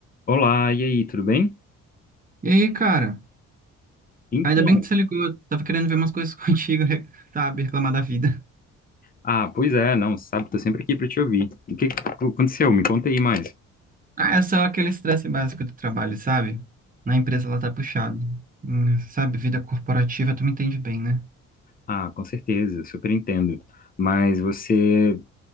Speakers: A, on the left; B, on the right.
A: Olá, e aí, tudo bem?
B: E aí, cara?
A: Então,
B: Ainda bem que você ligou. Eu tava querendo ver umas coisas <laughs> contigo, re- sabe? Reclamar da vida.
A: ah, pois é, não, sabe, tô sempre aqui para te ouvir. O que que aconteceu? Me conta aí mais.
B: Ah, é só aquele estresse básico do trabalho, sabe? Na empresa ela tá puxado. Hum, Sabe, vida corporativa, tu me entende bem, né?
A: Ah, com certeza, super entendo. Mas você